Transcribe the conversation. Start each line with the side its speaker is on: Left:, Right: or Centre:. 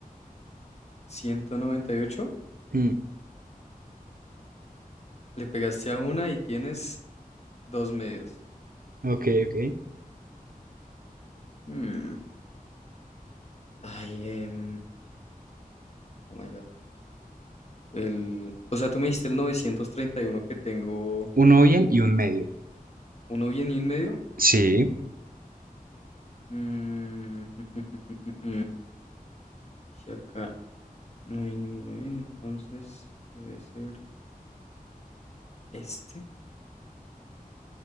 Left: ciento noventa y ocho
Right: Mm,
Left: Le pegaste a una y tienes dos medios.
Right: ok, ok.
Left: Hmm, Ay, em, oh my God. El, o sea, tú me dijiste el 931 que tengo
Right: Uno bien y un medio.
Left: uno bien y un medio.
Right: Sí,
Left: Mm, <laughs> Si acá no hay ninguno bien, entonces debe ser este